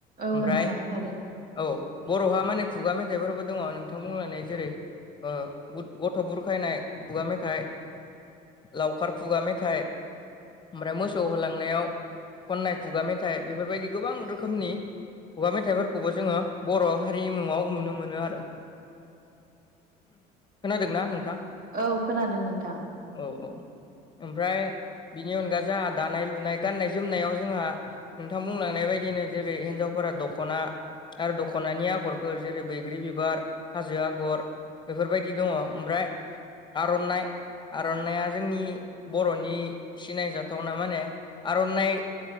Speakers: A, on the right; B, on the left.
A: औ
B: ओमफ्राय
A: नोंथां थारैनो
B: औ बर'हा माने खुगा मेथाइफोरबो दङ नोंथां बुंलांनाय जेरै ओ गथ' बुरखायनाय खुगा मेथाइ लावखार खुगा मेथाइ ओमफ्राय मोसौ होलांनायाव खननाय खुगा मेथाइ बेफोरबायदि गोबां रोखोम रोखोमनि खुगा मेथाइफोरखौबो जोङो बर' हारिमुङाव नुनो मोनो आरो खोनादोंना नोंथां
A: औ खोनादों नोंथां
B: औ औ ओमफ्राय बिनि अनगा जोंहा दानाय लुनाय गान्नाय जोमनायाव जोंहा नोंथां बुंलांनाय बायदिनो जेरै हिन्जावफोरा दख'ना आरो दख'नानि आगरफोर जेरै बैग्रि बिबार हाजो आगर बेफोरबायदि दङ ओमफ्राय आर'नाइ आर'नाइया जोंनि बर'नि सिनायजाथावना माने आर'नाइ